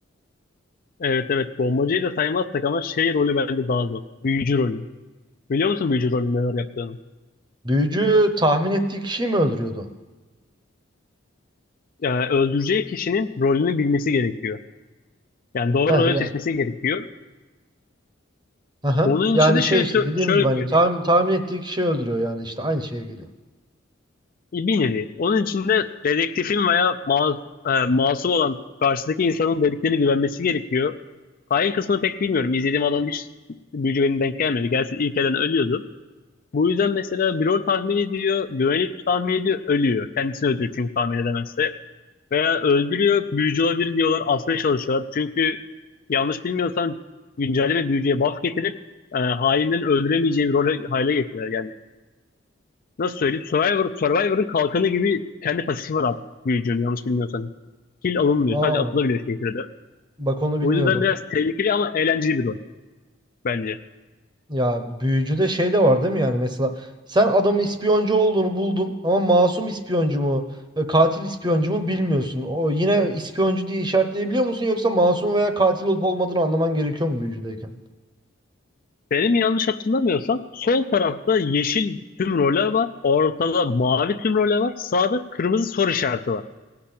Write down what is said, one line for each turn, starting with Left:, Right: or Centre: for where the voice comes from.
Left: Evet evet bombacıyı da saymazsak ama şey rolü bence daha zor. Büyücü rolü. Biliyor musun büyücü rolünün neler yaptığını?
Right: Büyücü tahmin ettiği kişiyi mi öldürüyordu?
Left: Yani öldüreceği kişinin rolünü bilmesi gerekiyor. Yani doğru
Right: Heh
Left: rolü
Right: yani.
Left: seçmesi gerekiyor.
Right: Aha.
Left: Onun
Right: Yani
Left: için de
Right: şey
Left: şöyle,
Right: işte
Left: sö-
Right: dediğim
Left: şöyle
Right: gibi hani
Left: söyleyeyim.
Right: tahmin, tahmin ettiği kişiyi öldürüyor yani işte aynı şeye geliyor.
Left: Bir nevi. Onun için de dedektifin veya ma- e, masum olan karşıdaki insanın dediklerine güvenmesi gerekiyor. Hain kısmını pek bilmiyorum. İzlediğim adam hiç büyücü benim denk gelmedi. Gelsin ilk elden ölüyordu. Bu yüzden mesela bir rol tahmin ediyor, güvenip tahmin ediyor, ölüyor. Kendisini öldürüyor çünkü tahmin edemezse. Veya öldürüyor, büyücü olabilir diyorlar, asmaya çalışıyorlar. Çünkü yanlış bilmiyorsan güncelleme büyücüye buff getirip e, hainlerin öldüremeyeceği bir role hale getiriyor yani. Nasıl söyleyeyim? Survivor, Survivor'ın kalkanı gibi kendi pasifi var artık büyücünün yanlış bilmiyorsan. Kill alınmıyor.
Right: Aa
Left: Sadece atılabiliyor şehirde.
Right: bak onu bilmiyordum.
Left: O yüzden biraz tehlikeli ama eğlenceli bir rol bence.
Right: Ya büyücüde şey de var değil mi yani mesela sen adamın ispiyoncu olduğunu buldun ama masum ispiyoncu mu e, katil ispiyoncu mu bilmiyorsun. O yine ispiyoncu diye işaretleyebiliyor musun yoksa masum veya katil olup olmadığını anlaman gerekiyor mu büyücüdeyken?
Left: Benim yanlış hatırlamıyorsam sol tarafta yeşil tüm role var. Ortada mavi tüm role var. Sağda kırmızı soru işareti var.